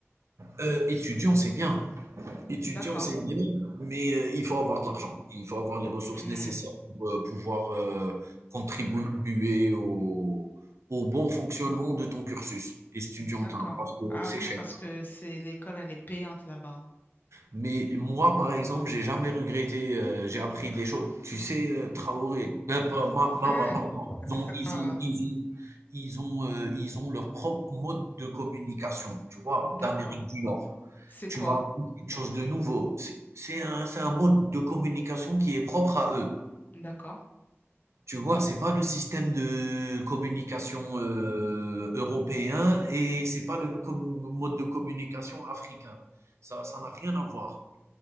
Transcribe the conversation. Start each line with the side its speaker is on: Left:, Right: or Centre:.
Right: Euh, étudiant, c'est bien. Étudier,
Left: D'accord.
Right: on sait bien, mais euh, il faut avoir de l'argent. Il faut avoir les ressources
Left: Hmm,
Right: nécessaires pour euh, pouvoir euh, contribuer au, au bon fonctionnement de ton cursus étudiantin,
Left: D'accord.
Right: parce que
Left: Ah
Right: c'est
Left: oui,
Right: cher.
Left: parce que c'est l'école, elle est payante là-bas.
Right: Mais moi, par exemple, j'ai jamais regretté, heu, j'ai appris des choses. Tu sais, heu, Traoré, heu, pas Ma Mama,
Left: <laughs>
Right: pardon, ils ont
Left: C'est
Right: ils
Left: pas grave.
Right: ont ils ont ils ont, heu, ils ont leur propre mode de communication, tu vois?
Left: D'accord.
Right: D'Amérique du Nord.
Left: C'est quoi?
Right: Tu vas apprendre quelque chose de nouveau. C'est c'est un c'est un mode de communication qui est propre à eux.
Left: D'accord.
Right: Tu vois? C'est pas le système de communication, heu, européen et c'est pas le com mode de communication africain. Ça ça n'a rien à voir.